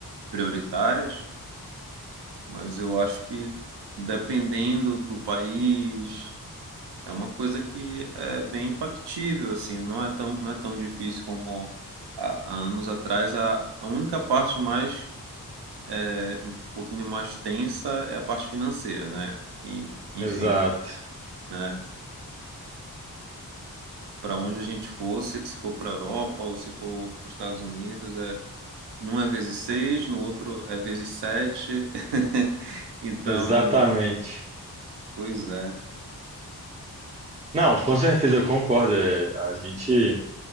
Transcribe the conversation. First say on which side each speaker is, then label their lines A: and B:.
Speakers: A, on the right; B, on the right.
A: prioritárias, mas eu acho que dependendo do país, é uma coisa que é bem factível, assim, não é tão, não é tão difícil como há, há anos atrás, a, a única parte mais, é, um pouquinho mais tensa é a parte financeira, né, e enfim,
B: Exato.
A: né? para onde a gente fosse, se, se for para a Europa ou se for para os Estados Unidos, é, num é vezes seis, no outro é vezes sete. <laughs> Então,
B: Exatamente.
A: pois é.
B: Não, com certeza eu concordo. É, a gente,